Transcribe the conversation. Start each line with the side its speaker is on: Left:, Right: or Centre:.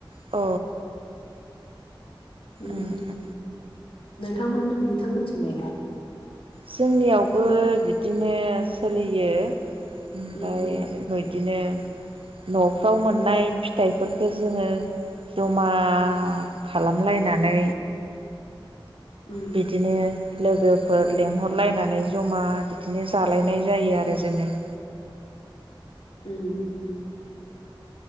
Right: अ।
Left: उम
Right: ए ए।
Left: नोंथांमोन नोंथांमोनथिंलाय?
Right: जोंनियावबो बिदिनो सोलियो ओमफ्राय
Left: उम
Right: बिदिनो न'फ्राव मोननाय फिथाइफोरखो जोङो जमा खालामलायनानै
Left: उम
Right: बिदिनो लोगोफोर लेंहरलायनानै जमा बिदिनो जालायनाय जायो आरो जोङो। <inaudible>
Left: उम।